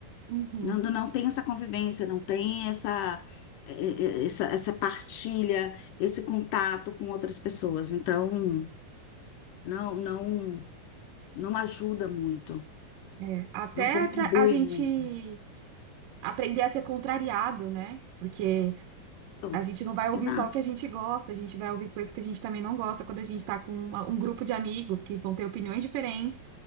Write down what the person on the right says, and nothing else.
uhum.
É, até
pra a gente
aprender a ser contrariado, né? Porque
a gente não vai ouvir
só o que a gente gosta, a gente vai ouvir coisas que a gente também não gosta quando a gente tá com uma- um grupo de amigos que vão ter opiniões diferentes.